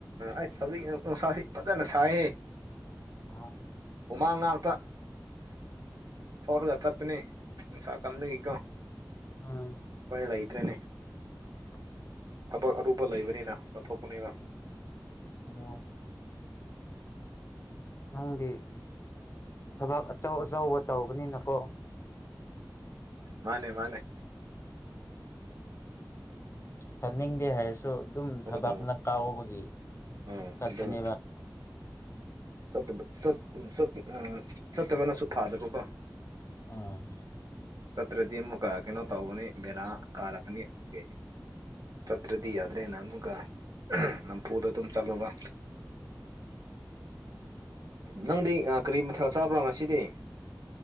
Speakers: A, on the right; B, on the left.
A: ꯑꯩꯁ ꯍꯧꯖꯤꯛ ꯅꯨꯡꯁꯥꯁꯦ ꯐꯖꯟꯅ ꯁꯥꯢꯍꯦ
B: ꯑꯝ
A: ꯍꯨꯃꯥꯡ ꯉꯥꯛꯇ ꯊꯣꯔꯒ ꯆꯠꯄꯅꯤ ꯅꯨꯡꯁꯥ ꯀꯟꯕꯒꯤꯀꯣ
B: ꯎꯝ
A: ꯎꯄꯥꯢ ꯂꯩꯇ꯭ꯔꯦꯅꯦ
B: ꯑꯁ
A: ꯊꯕꯛ ꯑꯔꯨꯕ ꯂꯩꯕꯅꯤꯅ ꯆꯠꯊꯣꯛꯄꯅꯤꯕ
B: ꯑꯣ ꯅꯪꯗꯤ ꯊꯕꯛ ꯑꯆꯧ ꯑꯆꯧꯕ ꯇꯧꯕꯅꯤꯅꯀꯣ
A: ꯃꯥꯅꯦ ꯃꯥꯅꯦ
B: ꯆꯥꯅꯤꯡꯗꯦ ꯍꯥꯏꯔꯁꯨ ꯑꯗꯨꯝ ꯊꯕꯛꯅ
A: ꯎꯝ
B: ꯀꯥꯎꯕꯒꯤ
A: ꯎꯝ
B: ꯆꯠꯄꯅꯦꯕ
A: ꯑꯗꯨꯝ ꯆꯠꯇꯕ ꯆꯠ ꯆꯠ ꯆꯠꯇꯕꯅꯁꯨ ꯐꯥꯗꯕꯀꯣ
B: ꯎꯝ
A: ꯆꯠꯇ꯭ꯔꯗꯤ ꯑꯃꯨꯛꯀ ꯀꯩꯅꯣ ꯇꯧꯒꯅꯤ ꯕꯦꯔꯥ ꯀꯥꯔꯛꯀꯅꯤ ꯑꯗꯨꯒꯤ ꯆꯠꯇ꯭ꯔꯗꯤ ꯌꯥꯗ꯭ꯔꯦꯅ ꯑꯃꯨꯛꯀ ꯅꯝꯐꯨꯗ ꯑꯗꯨꯝ ꯆꯠꯂꯕ
B: <inaudible>
A: ꯅꯪꯗꯤ ꯀꯔꯤ ꯃꯊꯦꯜ ꯆꯥꯕ꯭ꯔꯣ ꯉꯁꯤꯗꯤ